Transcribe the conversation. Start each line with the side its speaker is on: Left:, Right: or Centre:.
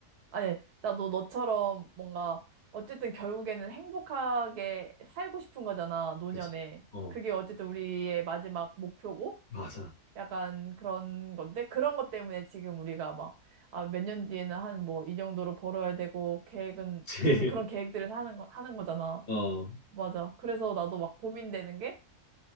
Right: 아니, 나도 너처럼 뭔가, 어쨌든 결국에는 행복하게 살고 싶은 거잖아, 노년에.
Left: 그치? 어
Right: 그게 어쨌든 우리의 마지막 목표고,
Left: 맞아.
Right: 약간 그런 건데, 그런 것 때문에 지금 우리가 막, 아, 몇 년 뒤에는 한 뭐, 이 정도로 벌어야 되고, 계획은,
Left: 그치?
Right: 그래서 그런 계획들을 하는, 거, 하는 거잖아.
Left: <laughs> 어
Right: 맞아. 그래서 나도 막 고민되는 게,